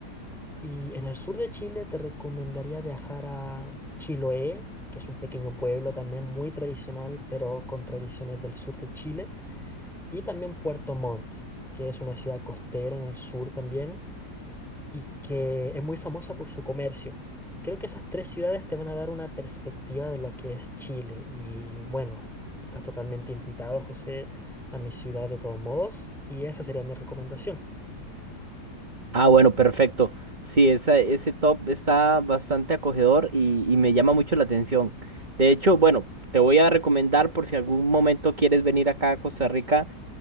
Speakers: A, in the centre; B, on the right.
A: Y en el sur de Chile te recomendaría viajar a Chiloé, que es un pequeño pueblo también muy tradicional, pero con tradiciones del sur de Chile, y también Puerto Montt, que es una ciudad costera en el sur también y que es muy famosa por su comercio. Creo que esas tres ciudades te van a dar una perspectiva de lo que es Chile y bueno, estás totalmente invitado, José, a mi ciudad de todos modos y esa sería mi recomendación.
B: Ah, bueno, perfecto. Sí, esa, ese top está bastante acogedor y, y me llama mucho la atención. De hecho, bueno, te voy a recomendar por si algún momento quieres venir acá a Costa Rica.